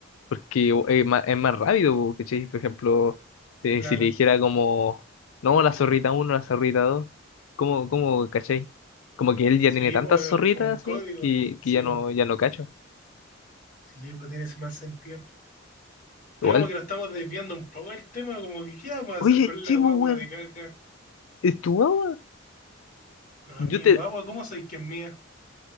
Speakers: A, on the left; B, on the left.
A: porque es más, es más rápido, po, ¿cachai? Por ejemplo, eh,
B: Claro.
A: si le dijera como, no, la zorrita uno la zorrita dos ¿cómo, cómo, cachai? Como que él ya
B: Sí,
A: tiene tantas
B: pues
A: zorritas
B: como un código.
A: así que,
B: Sí,
A: que ya no,
B: pues,
A: ya no cacho.
B: sí, pues tiene ese más sentido. Es
A: Igual,
B: como que nos estamos desviando un poco del tema, como que ¿qué vamos a hacer
A: oye,
B: con
A: sí,
B: la guagua
A: pues, weón,
B: de caca?
A: es tu guagua.
B: No,
A: Yo
B: es mi
A: te,
B: guagua, ¿cómo sabéis que es mía?